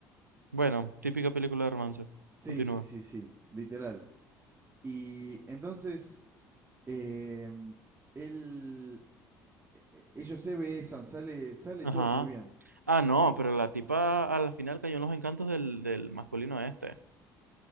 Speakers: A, on the right (about 85°); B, on the right (about 25°).
A: Bueno, típica película de romance.
B: Sí,
A: Continúa.
B: sí, sí, sí, literal. Y entonces, em, él, e- ellos se besan, sale, sale
A: Ajá.
B: todo muy bien.
A: Ah, no, pero la tipa a la final cayó en los encantos del, del masculino este.